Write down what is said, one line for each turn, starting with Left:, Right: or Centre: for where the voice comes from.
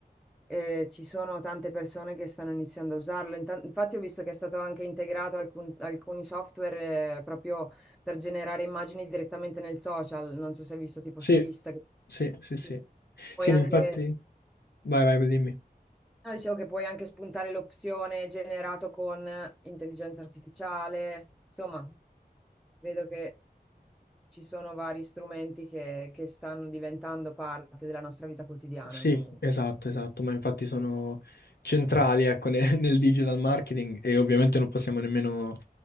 Centre: eh, ci sono tante persone che stanno iniziando a usarlo. Inta- Infatti ho visto che è stato anche integrato alcun- alcuni software eh, proprio per generare immagini direttamente nel social. Non so se hai visto tipo
Left: sì,
Centre: su Instagram.
Left: sì, sì,
Centre: Sì.
Left: sì.
Centre: Puoi
Left: Sì,
Centre: anche,
Left: ma infatti... Vai, vai, dimmi.
Centre: no, dicevo che puoi anche spuntare l'opzione generato con intelligenza artificiale. Insomma, vedo che ci sono vari strumenti che, che stanno diventando parte della nostra vita quotidiana
Left: Sì,
Centre: comunque.
Left: esatto, esatto, ma infatti sono centrali, ecco, ne- <laughs> nel digital marketing e ovviamente non possiamo nemmeno